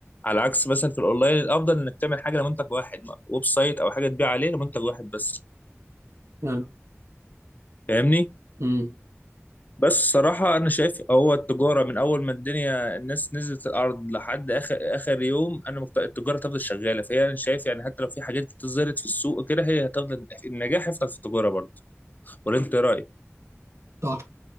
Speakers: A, on the left; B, on the right.
A: على عكس مثلا في الاونلاين الافضل انك تعمل حاجه لمنتج واحد ويب سايت او حاجه تبيع عليه لمنتج واحد بس
B: حلو
A: فاهمني
B: امم
A: بس صراحة أنا شايف هو التجارة من أول ما الدنيا الناس نزلت الأرض لحد آخر آخر يوم أنا مقت... التجارة تفضل شغالة فهي أنا شايف يعني حتى لو في حاجات كتير ظهرت في السوق كده هي هتفضل النجاح هيفضل في التجارة برضه ولا أنت إيه رأيك؟
B: صح